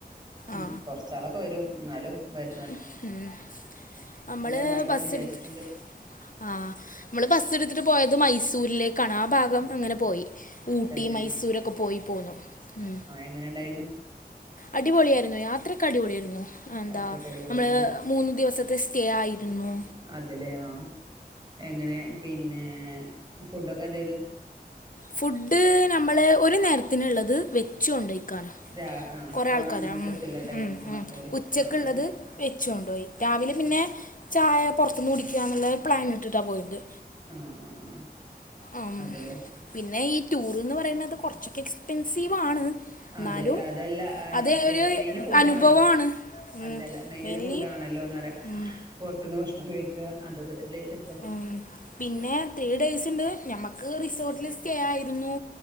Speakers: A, on the right; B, on the left.
A: ഉം
B: ആ
A: കൊർച്ചാളൊക്കെ വരും ന്നാലും വര്
B: ഉം ഉം അമ്മള്
A: ഉണ്ടാക്കണംന്ന്
B: ബസ്സിടുത്തിട്ട്
A: വിചാരിച്ചിട്ടുണ്ട്
B: ആഹ് മ്മള് ബസ്സിടുത്തിട്ട് പോയത് മൈസൂരിലേക്കാണ് ആ ഭാഗം അങ്ങനെ പോയി ഊട്ടി
A: തന്നെ
B: മൈസൂരൊക്കെ പോയി പോന്നു ഉം
A: എങ്ങനെണ്ടായിരുന്ന്
B: അടിപൊളിയായിരുന്നു യാത്രൊക്കെ അടിപൊളിയായിരുന്നു എന്താ
A: യാത്രയൊക്കെ അടിപൊളിയായിരുന്നില്ലേ
B: നമ്മള് മൂന്ന് ദിവസത്തെ സ്റ്റേ ആയിരുന്നു
A: അതല്ലേ ആ എങ്ങനെ പിന്നേ ഫുഡൊക്കെ എന്തേയ്ത്
B: ഫുഡ് നമ്മള് ഒരു നേരത്തിന്ള്ളത് വെച്ചൊണ്ടോയി ക്കാണ്
A: രാ ആഹ്
B: കൊറേ
A: പോണ
B: ആൾക്കാരോ
A: അന്നത്തേക്കില്ല
B: ഉം
A: ടൈമിക്ക്
B: ഉം
A: മാത്രല്ലേ
B: ഉം ഉച്ചക്ക്ള്ളത്
A: ആഹ്
B: വെച്ചൊണ്ടോയി രാവിലെ പിന്നെ
A: ആഹ്
B: ചായ പുറത്തുന്ന് കുടിക്കാന്നുള്ള പ്ലാൻ ഇട്ടിട്ടാ പോയിട്ട്
A: ആഹ് ആഹ് ആഹ്
B: ആം
A: അതേല്ലേ
B: പിന്നെ ഈ ടൂർന്ന് പറയുന്നത് കുറച്ചൊക്കെ എക്സ്പെൻസീവാണ് എന്നാലും
A: അതെ അതെല്ല ഏഹ്
B: അത്
A: ഫുഡ്
B: ഒരു
A: മെയിൻ ഫുഡ്
B: അനുഭവമാണ്
A: ആണല്ലോ
B: ഉം
A: അല്ലല്ല മെയിൻ
B: മെയിൻലി
A: ഇത് ഫുഡ് ആണല്ലോന്നറയാ
B: ഉം
A: പുറത്തുന്ന് ഭക്ഷണം കഴിക്കാ അതൊക്കെ തന്നെ ഒര്
B: ഉം പിന്നെ ത്രീ ഡേയ്സ് ഉണ്ട് ഞമുക്ക് റിസോർട്ടിൽ സ്റ്റേ ആയിരുന്നു